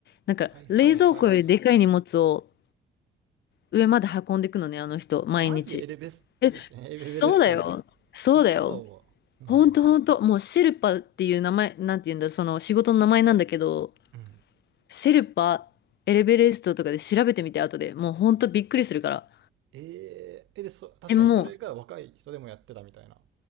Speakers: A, on the left; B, on the right.
A: なんか冷蔵庫よりでかい荷物を
B: はいはいはい。
A: 上まで運んでいくのね、あの人、毎日。
B: マジエレベス、
A: え、
B: え、ちエベレストに。
A: そうだよ。そうだよ。
B: 嘘。うん。
A: ほんとほんと。もうシェルパっていう名前、なんて言うんだろう、その仕事の名前なんだけど、
B: うん。
A: シェルパ、エレベレストとかで調べてみて、後で。もうほんとびっくりするから。
B: えー、え、で、そ、確かにそれが若い人でもやってたみたいな。
A: え、も